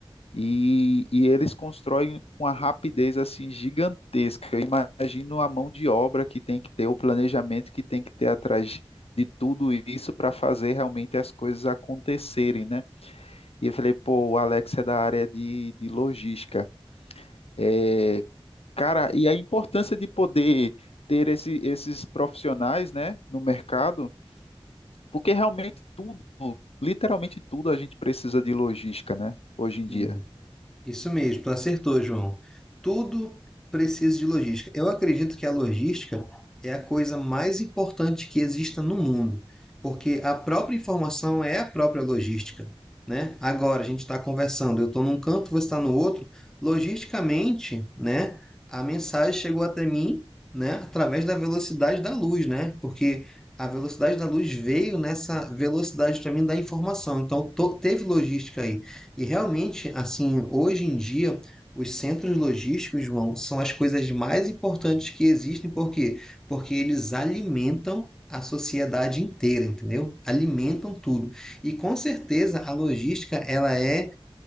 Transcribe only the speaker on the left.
E, e eles constroem com uma rapidez assim gigantesca. Eu imagino a mão de obra que tem que ter, o planejamento que tem que ter atrás de tudo isso para fazer realmente as coisas acontecerem, né? E eu falei, pô, o Alex é da área de, de logística. É, cara, e a importância de poder ter esse- esses profissionais, né, no mercado, porque realmente tudo, literalmente tudo, a gente precisa de logística, né, hoje em dia.